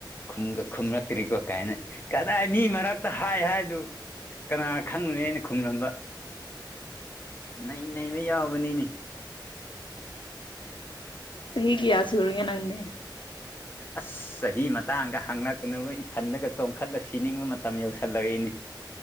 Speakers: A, on the left; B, on the left.
A: ꯈꯨꯝꯒ ꯈꯨꯝꯂꯛꯇ꯭ꯔꯤꯀꯣ ꯀꯥꯢꯅ ꯀꯗꯥꯢ ꯃꯤ ꯃꯔꯛꯇ ꯍꯥꯢ ꯍꯥꯢꯗꯨ ꯀꯅꯥ ꯈꯪꯒꯅꯦ ꯑꯩꯅ ꯈꯨꯝꯂꯝꯕ ꯅꯩ ꯅꯩꯕ ꯌꯥꯎꯕꯅꯤꯅꯦ
B: ꯆꯍꯤ ꯀꯌꯥ ꯁꯨꯔꯒ‌ꯦ ꯅꯪꯗꯤ
A: ꯑꯁ ꯆꯍꯤ ꯃꯇꯥꯡꯒ ꯍꯥꯡꯉꯛꯀꯅꯨꯕ ꯏꯊꯟꯗꯒ ꯆꯣꯡꯈꯠꯂ ꯁꯤꯅꯤꯡꯕ ꯃꯇꯝ ꯌꯧꯁꯤꯜꯂꯛꯏꯅꯤ